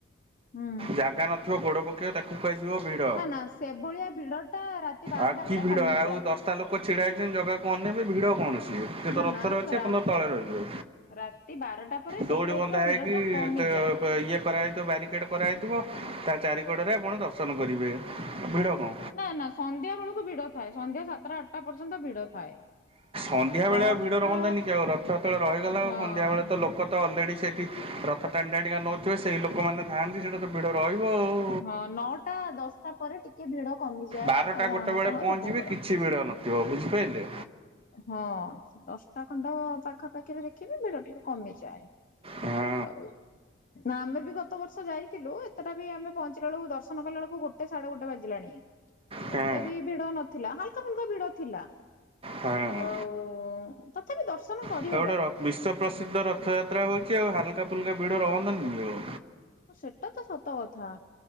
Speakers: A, on the left; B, on the right.
A: ହୁଁ
B: ଜାଗା ନ <unintelligible> ଗୋଡ ପକେଇବ ତାକୁ କୁହାଯିବ ଭିଡ।
A: ନା ନା ସେଭଳିଆ ଭିଡ ଟା ରାତି ବାରଟା
B: ଆଉ କି
A: ପରେ
B: ଭିଡ
A: କମିଯାଏ।
B: ଆଉ ଦଶ ତା ଲୋକ ଛିଡ଼ା ହେଇଛନ୍ତି ଜାଗାକୁ ଅନେଇବେ, ଭିଡ଼ କଣ ସିଏ? ସିଏ ତ
A: ନା
B: ରଥରେ
A: ନା
B: ଅଛି ଆପଣ
A: ରା
B: ତ ତଳେ ରହିବେ।
A: ରାତି ବାରଟା ପରେ ସେଇ
B: ଦଉଡ଼ି
A: ଟାଇପ
B: ବନ୍ଧାହେଇକି
A: ର ଭିଡ ଟା କମିଯାଏ।
B: ପ୍ ପ ଇଏ କରାହେଇଥିବ, ବାରି ଗେଟ୍ କରାହେଇଥିବ, ତା ଚାରି କଡ଼ରେ ଆପଣ ଦର୍ଶନ କରିବେ। ଆଉ ଭିଡ କଣ?
A: ନା ନା ସନ୍ଧ୍ୟା ବେଳକୁ ଭିଡ ଥାଏ, ସନ୍ଧ୍ୟା ସାତଟା ଆଠଟା ପର୍ଯ୍ୟନ୍ତ ଭିଡ ଥାଏ।
B: ସନ୍ଧ୍ୟାବେଳେ
A: ନଅଟା
B: ଆଉ ଭିଡ ରହନ୍ତାନି କି, ଆଉ ରଥ ଯେତେବେଳେ ରହିଗଲା
A: ହଁ।
B: ଆଉ ସନ୍ଧ୍ୟାବେଳେ ତ ଲୋ କ ତ ଅଲରେଡି ସେଇଠି ରଥ ଟାଣିଟାଣିକା ନଉଥିବେ, ସେଇ ଲୋକମାନେ ଥାଆନ୍ତି ସେଇଟା ତ ଭିଡ଼ ରହିବ ଆଉ,
A: ହଁ ନଅଟା ଦଶଟା ପରେ ଟିକେ ଭିଡ କମିଯାଏ
B: ବାରଟା
A: ସାଧାରଣତଃ
B: ଗୋଟେ ବେଳେ ପହଞ୍ଚିବେ
A: ଲୋକଙ୍କର।
B: କିଛି ଭିଡ଼ ନଥିବ ବୁଝିପାଇଲେ?
A: ହଁ ଦଶଟା ଖଣ୍ଡ ପାଖାପାଖିରେ ଦେଖିବେ ଭିଡ ଟିକେ କମିଯାଏ।
B: ହଁ
A: ଆଉ ନା ଆମେ ବି ଗ ତ ବର୍ଷ ଯାଇଥିଲୁ, ଏତେଟା ବି ଆମେ ପହଞ୍ଚିଲା ବେଳକୁ ଦର୍ଶନ କଲା ବେଳକୁ ଗୋଟେ ସାଢେ ଗୋଟେ ବାଜିଲାଣି।
B: ହଁ
A: ଏତେ ବି ଭିଡ ନଥିଲା, ହାଲକା ଫୁଲକା ଭିଡ ଥିଲା।
B: ହଁ ଏ
A: ଆଉ ତଥାପି ଦର୍ଶନ କରିହେଲା
B: ଆଉ ଗୋଟେ ର
A: କିନ୍ତୁ।
B: ବିଶ୍ୱ ପ୍ରସିଦ୍ଧ ରଥଯାତ୍ରା ହଉଛି, ଆଉ ହାଲକା ଫୁଲକା ଭିଡ ରହନ୍ତାନି କି ଆଉ?
A: ସେଟା ତ ସତ କଥା,